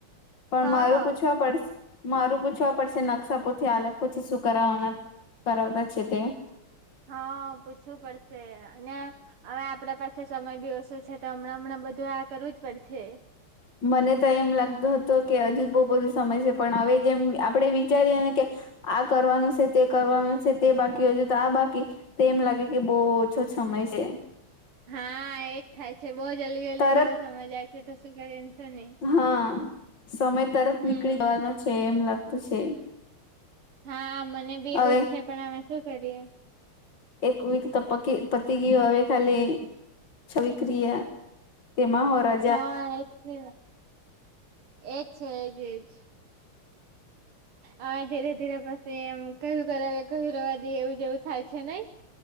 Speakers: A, on the left (about 55°); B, on the right (about 85°).
A: પણ
B: હા
A: મારું પૂછવા પડશે. મારું પૂછવા પડશે, નકશાપોથી, આલેખ પછી શું કરાવવાના કરાવતા છે તે.
B: હા, પૂછવું પડશે. અને હવે આપડા પાસે સમય બી ઓછો છે, તો હમણાં હમણાં બધું આ કરવું જ પડશે.
A: મને તો એમ લાગતું હતો કે હજુ બહુ બધો સમય છે, પણ હવે જેમ આપડે વિચારી એને કે. આ કરવાનું છે, તે કરવાનું છે, તે બાકી હજુ તો આ બાકી. તો એમ લાગે કે, બહુ ઓછો સમય છે.
B: હા, એજ થાય છે, બહુ જલ્દી જલ્દી
A: તરત
B: જેવો સમજાય છે તો શું કરી એમ છો નહીં.
A: હા, સમય તરત
B: હમ
A: નીકળી જવાનો છે, એમ લાગતું છે.
B: હા, મને બી
A: હવે
B: એવું જ છે, પણ અમે શું કરીએ.
A: એક વીક તો પકી પતી ગયું, હવે ખાલી. છ વિક્રિયા તેમાં હોરા.
B: હા, એજ છે, એ છે, એ જ, એજ. હવે ધીરે ધીરે પછી એમ કયું કરાવે કું રવા દેએ એવું જેવું થાય છે, નઈ?